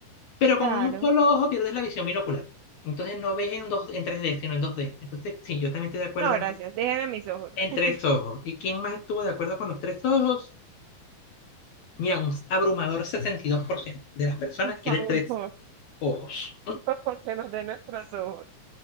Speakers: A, on the left; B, on the right.
A: pero
B: Claro.
A: con un solo ojo pierdes la visión binocular. Entonces no ves en, dos, en tres d sino en dos d Entonces, sí, yo también estoy de acuerdo
B: No, gracias.
A: en, tre-
B: Déjenme mis ojos.
A: en
B: <laughs>
A: tres ojos. ¿Y quién más estuvo de acuerdo con los tres ojos? Mira, un abrumador 62% de las personas
B: Por favor.
A: quiere tres ojos.
B: <laughs> Porque no de nuestros ojos.